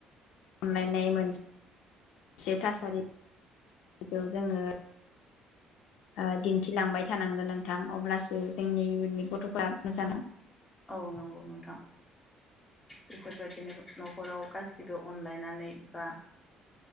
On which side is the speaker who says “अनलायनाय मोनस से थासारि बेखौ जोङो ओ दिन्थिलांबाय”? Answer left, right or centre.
Left